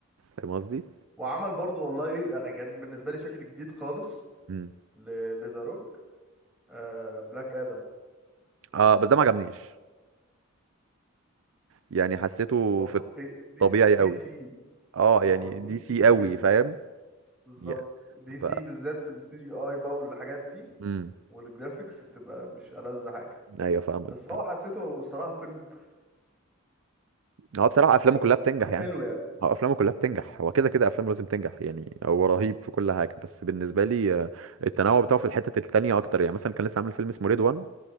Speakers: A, on the right; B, in the centre.
A: فاهم قصدي
B: وعمل برضه والله يعني كان بالنسبة لي شكل جديد خالص
A: امم
B: لذا روك آه بلاك آدم
A: اه بس ده ما عجبنيش يعني حسيته
B: هو
A: في
B: بص دي
A: الطبيعي
B: س- دي
A: قوي
B: سي
A: اه
B: ما
A: يعني
B: هو دي
A: دي
B: سي
A: سي
B: في
A: قوي
B: ال...
A: فاهم
B: بالظبط
A: يعني
B: دي سي
A: ف
B: بالذات في السي جي اي بقى والحاجات دي
A: امم
B: والجرافيكس بتبقى مش ألذ حاجة
A: ايوه فاهمك
B: بس هو حسيته الصراحة فيلم
A: هو بصراحه
B: <laughs>
A: افلامه
B: يعني
A: كلها بتنجح
B: عمله
A: يعني
B: حلو يعني
A: هو افلامه كلها بتنجح
B: مم.
A: هو كده كده افلامه لازم تنجح يعني هو رهيب في كل حاجه بس بالنسبه لي آه، التنوع بتاعه في الحته التانيه اكتر يعني مثلا كان لسه عامل فيلم اسمه ريد